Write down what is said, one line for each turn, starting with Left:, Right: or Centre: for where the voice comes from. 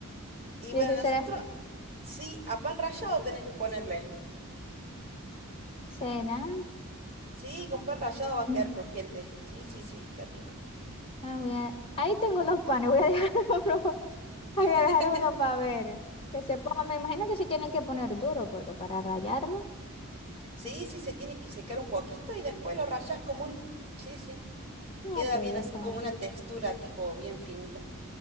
Right: Y
Left: Yo
Right: bueno,
Left: dije,
Right: nosotros
Left: ¿será?
Right: sí, a pan rallado tenés que ponerle.
Left: ¿Será?
Right: Sí, con pan rallado va a
Left: Mm.
Right: quedar crujiente. Sí, sí, sí, qué rico.
Left: Ah, voy a- Ahí tengo dos panes, voy a dejar <laughs> uno Voy
Right: <laughs>
Left: a dejar uno para ver. Que se ponga, me imagino que sí tienen que poner duro, porque para rayarlo.
Right: Sí, sí, se tiene que secar un poquito y después lo rallás como un... Sí, sí,
Left: Ok,
Right: queda bien así,
Left: está
Right: como
Left: bien.
Right: una textura tipo bien finita.